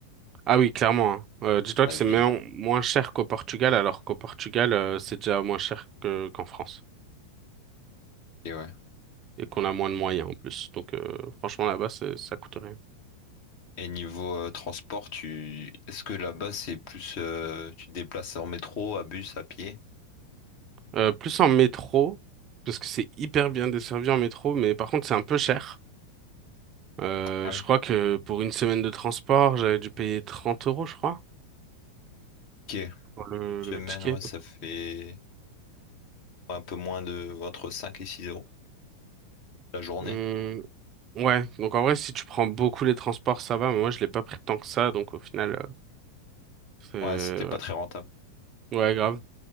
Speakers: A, on the right; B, on the left.
A: Ah oui, clairement. hein. Euh, dis-toi
B: La
A: que c'est
B: vie.
A: même moins cher qu'au Portugal, alors qu'au Portugal, euh, c'est déjà moins cher que qu'en France.
B: Et ouais.
A: et qu'on a moins de moyens en plus. Donc euh, franchement là-bas c'est- ça coûte rien.
B: Et niveau euh, transport, tu... est-ce que là-bas, c'est plus... euh, tu te déplaces en métro, à bus, à pied?
A: Euh, plus en métro parce que c'est hyper bien desservi en métro, mais par contre c'est un peu cher. Euh,
B: Ah
A: je
B: oui.
A: crois que pour une semaine de transport j'avais dû payer 30 euros je crois
B: Ok.
A: pour le,
B: Une semaine,
A: le ticket.
B: ouais, ça
A: Donc,
B: fait... un peu moins de entre 5 et 6 euros la journée.
A: hum, ouais donc en vrai si tu prends beaucoup les transports ça va, mais moi je l'ai pas pris tant que ça donc au final euh,
B: Ouais, c'était pas très rentable.
A: c'est ouais grave.